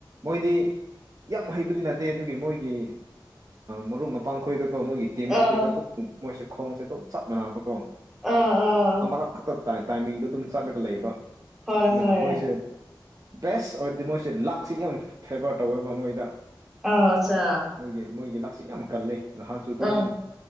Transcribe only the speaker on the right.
ꯃꯣꯏꯗꯤ ꯌꯥꯝ ꯍꯩꯕꯗꯤ ꯅꯠꯇꯦ ꯑꯗꯨꯒꯤ ꯃꯣꯏꯒꯤ ꯃꯔꯨꯞ ꯃꯄꯥꯡ ꯈꯣꯏꯗꯀꯧꯣ ꯃꯣꯏꯒꯤ ꯇꯤꯃꯤꯠꯈꯣꯏꯗ
ꯑꯗꯨꯝ ꯃꯣꯏꯁꯨꯦ ꯈꯣꯡꯁꯦ ꯑꯗꯨꯝ ꯆꯞ ꯃꯥꯟꯅꯕ ꯈꯣꯡ
ꯑꯃꯔꯛ ꯈꯛꯇ ꯇꯥꯏ ꯇꯥꯏꯃꯤꯡꯗꯣ ꯑꯗꯨꯝ ꯆꯠꯂꯒ ꯂꯩꯕ
ꯑꯃꯨꯛꯀ
ꯃꯣꯏꯁꯦ ꯕꯦꯁ ꯑꯣꯏꯔꯗꯤ ꯃꯣꯏꯁꯦ ꯂꯥꯛꯁꯤ ꯌꯥꯝ ꯐꯦꯕꯔ ꯇꯧꯋꯦꯕ ꯃꯣꯏꯗ
ꯃꯣꯏꯒꯤ ꯃꯣꯏꯒꯤ ꯂꯥꯛꯁꯤ ꯌꯥꯝ ꯀꯜꯂꯤ ꯅꯍꯥꯟꯁꯨ ꯑꯗꯨꯝ